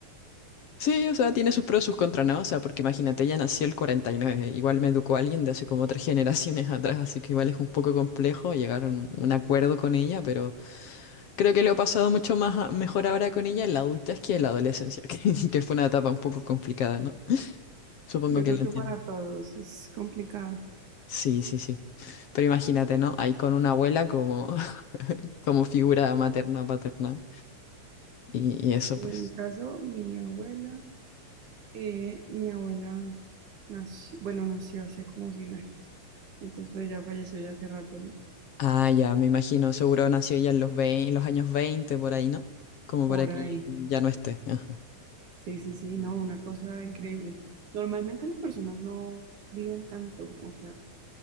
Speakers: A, on the left (about 60°); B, on the right (about 75°).
A: Sí, o sea, tiene sus pros y sus contras, ¿no? O sea, porque imagínate, ella nació el 49, igual me educó alguien de hace como tres <laughs> generaciones atrás, así que igual es un poco complejo llegar a un, un acuerdo con ella, pero Creo que lo he pasado mucho más a- mejor ahora con ella en la adultez que en la adolescencia, <laughs> que, que fue una etapa un poco complicada, ¿no? Supongo
B: Yo
A: que
B: creo
A: lo
B: que
A: entiendes.
B: para todos es complicada.
A: Sí, sí, sí. Pero imagínate, ¿no? Ahí con una abuela como, <laughs> como figura materna, paterna. Y, y eso,
B: En
A: pues.
B: mi caso, mi abuela, eh, mi abuela nació, bueno, nació hace como 100 años. Entonces, pues ya falleció ya hace rato, ¿no?
A: Ah, ya, me imagino. Seguro nació ella en los 20, los años 20 por ahí, ¿no? Como
B: Por
A: para que
B: ahí.
A: ya no esté. Ajá.
B: Sí, sí, sí, no, una cosa increíble. Normalmente las personas no viven tanto, o sea,